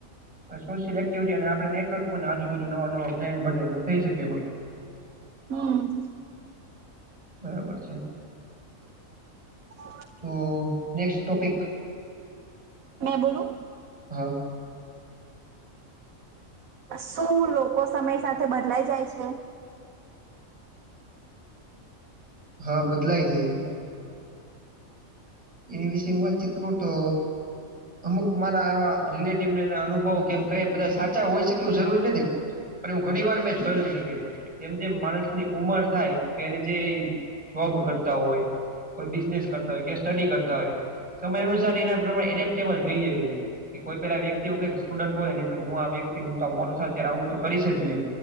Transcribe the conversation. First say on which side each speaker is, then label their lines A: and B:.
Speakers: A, on the right (about 25°); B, on the right (about 80°).
A: સોશિયલ એક્ટિવિટી અને આપણે નેટવર્ક આજુબાજુ નવા નવા ટ્રેન્ડ બને થઈ શકે એમાં.
B: હમ.
A: બરાબર છે એમ.
B: <unintelligible>
A: તો નેક્સ્ટ ટોપિક.
B: મેં બોલું?
A: હા
B: શું લોકો સમય સાથે બદલાય જાય છે.
A: હા બદલાય જઈ છે. એની વિષય વાતચીત કરુ તો અમુક મારા આવા રિલેટિવને એ અનુભવ કેમ ક બધા સાચા હોય છે કે એવું જરૂરી નથી પણ એવું ઘણી વાર મેં જોયેલું છે કે જેમ જેમ માણસ ની ઉમર થાય કે એને જે જોબ કરતા હોય કોઈ બિઝનેસ કરતા હોય કે સ્ટડી કરતા હોય સમય અનુસાર એના પ્રમાણે એડેપ્ટેબલ થઈ જાય છે. કે કોઈ પેલા વ્યક્તિ એવુ કઈ સ્ટુડન્ટ હોય ને હું આ વ્યક્તિ હું તો મોટો થાય ત્યારે આવું તો કરીશ જ નહીં